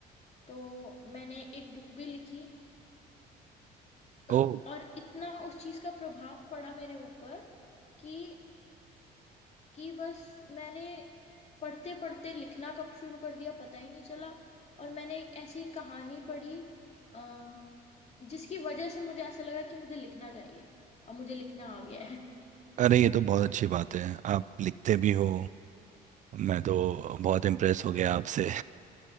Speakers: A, on the left (about 40°); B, on the right (about 45°).
A: तो मैंने एक बुक भी लिखी अ,
B: ओ
A: और इतना उस चीज का प्रभाव पड़ा मेरे ऊपर कि कि बस मैंने पढ़ते पढ़ते लिखना कब शुरू कर दिया पता ही नहीं चला और मैंने एक ऐसी कहानी पढ़ी आ, जिसकी वजह से मुझे ऐसा लगा कि मुझे लिखना चाहिए और मुझे लिखना आ गया
B: अरे ये तो बहुत अच्छी बात है आप लिखते भी हो मैं तो बहुत इम्प्रेस हो गया आपसे